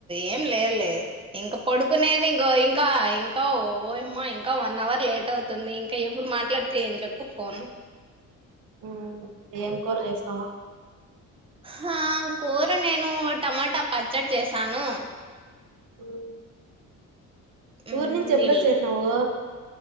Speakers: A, on the right; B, on the right.
A: ఏం లేదులేదులే ఇంక పడుకునేది ఇంక ఇం ఇంకా ఇంకా ఓయమ్మా ఇంకా వన్ అవర్ లేట్ అవుతుంది ఇంకా ఎప్పుడు మాట్లాడితే ఏందీ చెప్పు ఫోన్
B: మ్ ఏం కూర చేసినావ్
A: హ కూర నేను టమాటా పచ్చడి చేసాను
B: మ్
A: మ్మ్
B: ఊరు నుంచి ఎప్పుడోచ్చేసినావు
A: వీళ్ళు